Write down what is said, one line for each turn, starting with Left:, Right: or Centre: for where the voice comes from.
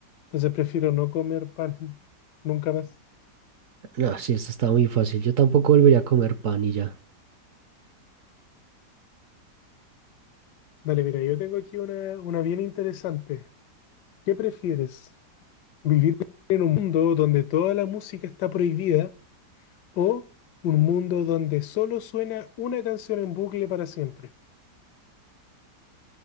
Left: Entonces prefiero no comer pan <laughs> nunca más.
Right: No, sí, esta está muy fácil. Yo tampoco volvería a comer pan y ya.
Left: Dale, mira, yo tengo aquí una, una bien interesante. ¿Qué prefieres? ¿Vivir en un mundo donde toda la música está prohibida o un mundo donde solo suena una canción en bucle para siempre?